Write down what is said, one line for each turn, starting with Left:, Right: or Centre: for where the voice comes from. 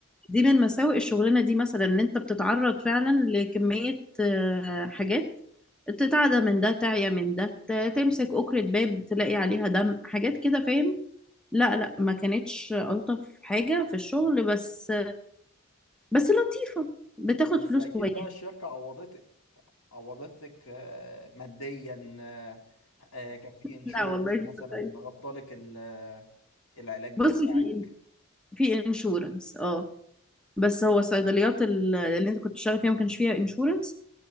Centre: دي من مساوئ الشغلانه دي مثلا ان انت بتتعرض فعلا لكميه آه، حاجات تتعدى من ده تعيا من ده ت- تمسك أكرة باب تلاقي عليها دم حاجات كده فاهم لا لا ما كانتش ألطف حاجة في الشغل بس بس لطيفة بتاخد
Left: بس
Centre: فلوس
Left: أكيد
Centre: كويس
Left: بقى الشركة عوضتك عوضتك آه، ماديا آه، آه، كان في انشورنس
Centre: لا والله مش
Left: مثلا
Centre: طيب
Left: غطالك ال- آه، العلاج
Centre: بص
Left: بتاعك
Centre: في في انشورنس اه بس هو الصيدليات ال- اللي انت كنت بتشتغل فيها ما كانش فيها انشورنس